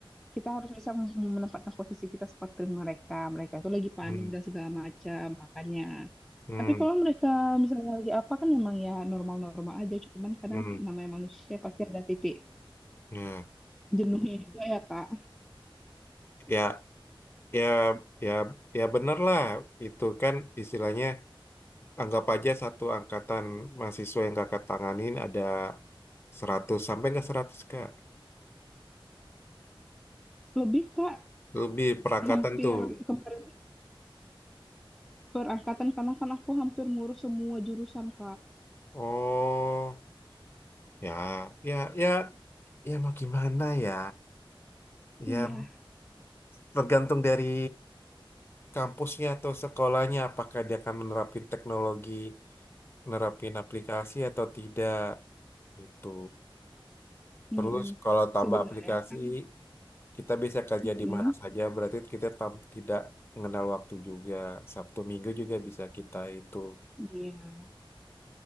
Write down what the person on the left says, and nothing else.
hmm,
hmm,
hmm,
ya,
ya, ya, ya, ya bener lah. Itu kan istilahnya anggap aja satu angkatan mahasiswa yang kakak tanganin ada 100 sampai nggak 100 kak.
Lebih perangkatan
tuh.
Oh, ya, ya, ya, ya mau gimana ya? Ya
tergantung dari kampusnya atau sekolahnya apakah dia akan menerapin teknologi nerapin aplikasi atau tidak gitu. Terus
kalau tambah
aplikasi
kita bisa kerja
di mana saja berarti kita tam- tidak mengenal waktu juga. Sabtu Minggu juga bisa kita itu